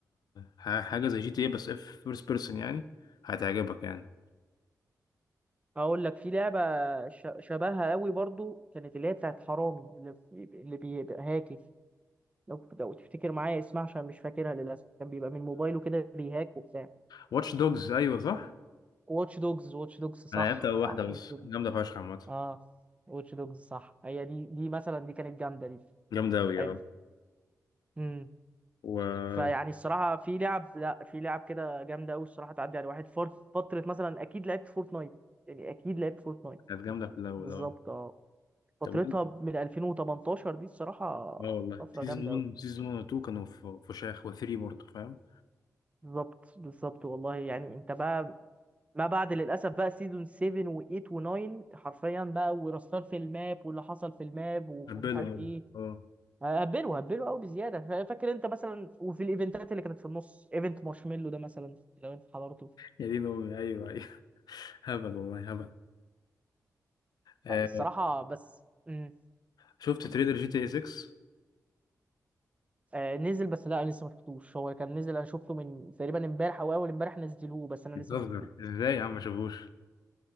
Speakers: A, on the left; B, on the right.
A: ح- حاجة زي جي تي اي بس اف فيرست بيرسون يعني هتعجبك يعني
B: هقول لك في لعبه ش... شبهها قوي برضه كانت اللي هي بتاعت حرامي اللي في... اللي بيبقى هاكي لو لو تفتكر معايا اسمها عشان مش فاكرها للاسف كان بيبقى من موبايله كده بيهاك وبتاع
A: واتش دوجز أيوة صح
B: واتش دوجز واتش دوجز صح
A: أنا لعبت أول واحدة
B: صح
A: بس
B: واتش دوجز
A: جامدة فشخ عامة
B: اه واتش دوجز صح هي دي دي مثلا دي كانت جامده دي
A: جامدة أوي
B: حلو
A: أه
B: امم
A: وأكيد
B: فيعني الصراحه في لعب لا في لعب كده جامده قوي الصراحه تعدي على واحد فورت فتره مثلا اكيد لعبت فورتنايت يعني اكيد لعبت فورتنايت
A: كانت جامدة في الأول
B: بالظبط
A: أه
B: اه فترتها
A: طب وإيه؟
B: من 2018 دي الصراحه
A: أه والله
B: فتره
A: سيزون
B: جامده
A: 1
B: قوي
A: سيزون 1 و 2 كانوا في فشاخ و3 برضه فاهم
B: بالظبط بالظبط والله يعني انت بقى ما بعد للاسف بقى سيزون 7 و8 و9 حرفيا بقى ورستار في الماب واللي حصل في الماب ومش
A: هبلوا
B: عارف
A: أوي
B: ايه
A: أه
B: هبلوا هبلوا قوي بزياده فا- فاكر انت مثلا وفي الايفنتات اللي كانت في النص ايفنت مارشميلو ده مثلا لو انت حضرته
A: يا دين أمي أيوة أيوة <laughs> هبل والله هبل آه،
B: يعني الصراحه بس مم.
A: شفت تريلر جي تي اي 6
B: آه نزل بس لا لسه ما شفتوش هو كان نزل انا شفته من تقريبا امبارح او اول امبارح نزلوه بس انا
A: بتهزر
B: لسه ما شفتوش
A: ازاي يا عم ما شافوش